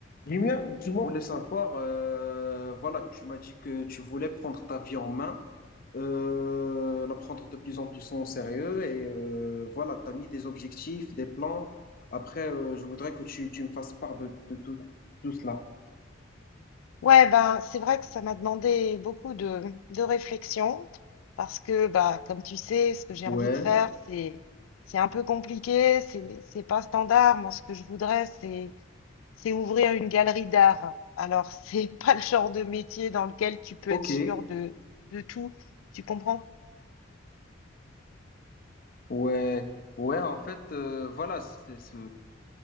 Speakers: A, on the left (about 45°); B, on the left (about 85°).
A: Julien, dis-moi, je voulais savoir, euh, voilà, tu m'as dit que tu voulais prendre ta vie en main, euh, la prendre de plus en plus en sérieux et euh, voilà, tu as mis des objectifs, des plans. Après, euh, je voudrais que tu, tu me fasses part de, de tout, tout cela.
B: Ouais, ben, c'est vrai que ça m'a demandé beaucoup de, de réflexion parce que, bah, comme tu sais, ce que j'ai
A: Ouais,
B: envie de faire, c'est, c'est un peu compliqué, c'est, c'est pas standard. Moi, ce que je voudrais, c'est, c'est ouvrir une galerie d'art. Alors, c'est <laughs> pas le genre de métier dans lequel tu peux
A: ok,
B: être sûr de, de tout. Tu comprends?
A: ouais, ouais, en fait, euh, voilà, c'est c'est- c'est-